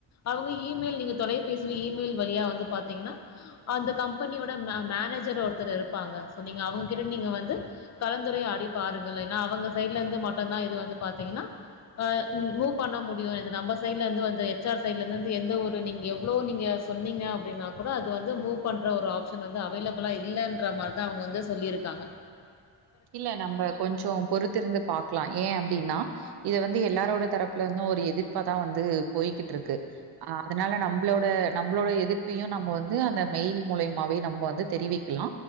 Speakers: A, on the left; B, on the right.
A: அவுங்க இமெயில் நீங்க தொலைபேசியில இமெயில் வழியா வந்து பாத்தீங்கன்னா அந்த கம்பெனியோட மே மேனேஜர் ஒருத்தர் இருப்பாங்க சோ நீங்க அவங்ககிட்ட நீங்க வந்து கலந்துரையாடி பாருங்க இல்லைனா அவங்க சைட்ல இருந்து மட்டுந்தா இது வந்து பாத்தீங்கன்னா அ ம் மூவ் பண்ண முடியும் இது நம்ம சைட்ல இருந்து வந்த எச் ஆர் சைட்ல இருந்துந்து எந்த ஒரு நீங்க எவ்ளோ நீங்க சொன்னீங்க அப்டின்னா கூட அத் இது வந்து மூவ் பண்ற ஒரு ஆப்ஷன் வந்து அவைலபிளா இல்லன்ற மாரி தா அவுங்க வந்து சொல்லிருக்காங்க
B: இல்ல நம்ப கொஞ்சோ பொறுத்திருந்து பாக்லா ஏ அப்டின்னா இத வந்து எல்லாரோட தரப்புல வந்து ஒரு எதிர்ப்பாதா வந்து போய்கிட்டு இருக்கு ஆ அதனால நம்பளோட நம்பளோட எதிர்ப்பையு நம்ம வந்து அந்த மெயில் மூலியமாவே நம்ம வந்து தெரிவிக்லா